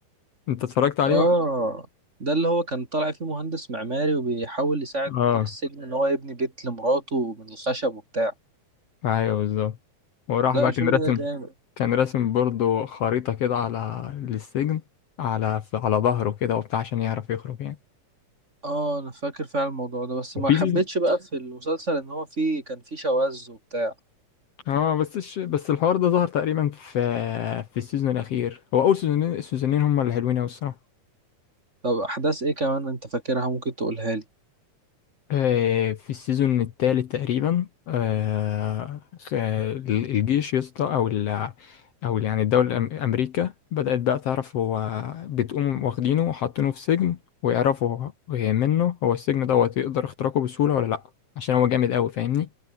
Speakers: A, on the left (about 60°); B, on the right (about 25°).
A: أنت اتفرجت عليه
B: اه
A: ولا؟
B: ده اللي هو كان طالع فيه مهندس معماري وبيحاول يساعد
A: آه
B: مدير السجن ان هو يبني بيت لمراته من الخشب وبتاع
A: أيوه بالظبط وراح
B: لا
A: بقى
B: الفيلم
A: كان راسم
B: ده جامد
A: كان راسم برضه خريطة كده على للسجن على على ظهره كده وبتاع عشان يعرف يخرج يعني
B: اه انا فاكر فعلا الموضوع ده بس
A: وفي
B: ما حبيتش
A: سيزون
B: بقى في المسلسل ان هو فيه كان فيه شواذ وبتاع
A: اه بس الش... بس الحوار ده ظهر تقريبا في في السيزون الأخير هو أول سيزونين السيزونين هما اللي حلوين أوي الصراحة
B: طب احداث ايه كمان انت فاكرها ممكن تقولها لي
A: آه، في السيزون الثالث تقريبا آه، خ- الجيش يا اسطى او ال او يعني الدوله الأم- امريكا بدات بقى تعرف هو بتقوم واخدينه وحاطينه في سجن ويعرفوا هو- منه هو السجن دوت يقدر اختراقه بسهوله ولا لا عشان هو جامد قوي فاهمني